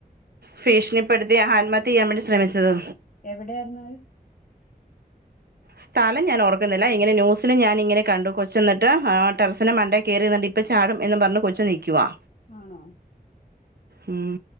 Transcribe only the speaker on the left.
എവിടെ ആയിരുന്നു അത്
ആന്നോ